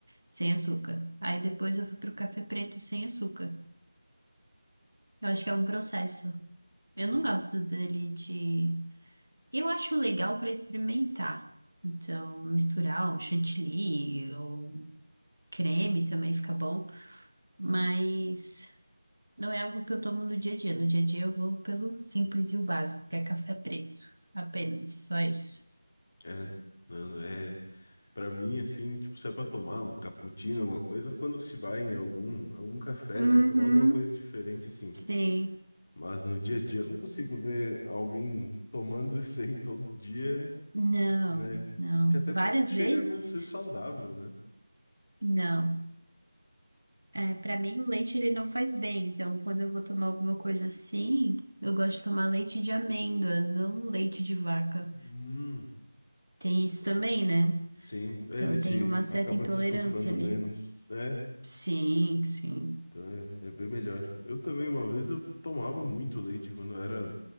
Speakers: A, on the right; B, on the left.
A: sem açúcar. Aí depois eu fui pro café preto sem açúcar. Eu acho que é um processo. Eu
B: Sim.
A: não gosto dele de Eu acho legal para experimentar. Então, misturar um chantilly ou creme também fica bom, mas não é algo que eu tomo no dia a dia. No dia a dia eu vou pelo simples e o básico, que é café preto. Apenas, só isso.
B: É, não, é, para mim assim, tipo, se é para tomar um cappuccino, alguma coisa, quando se vai em algum algum café
A: Uhum,
B: para tomar alguma coisa diferente assim,
A: sim.
B: mas no dia a dia eu não consigo ver alguém tomando <laughs> isso aí todo dia,
A: Não,
B: né?
A: não.
B: Porque até
A: Várias
B: porque chega
A: vezes?
B: a não ser saudável, né?
A: Não. É, para mim o leite ele não faz bem, então quando eu vou tomar alguma coisa assim, eu gosto de tomar leite de amêndoa, não leite de vaca.
B: Hum,
A: Tem isso também, né?
B: sim, é,
A: Então
B: ele te
A: tem uma certa
B: acaba
A: intolerância
B: te estufando
A: ali.
B: menos. É,
A: Sim, sim.
B: Então é, é bem melhor. Eu também, uma vez, eu tomava muito leite quando eu era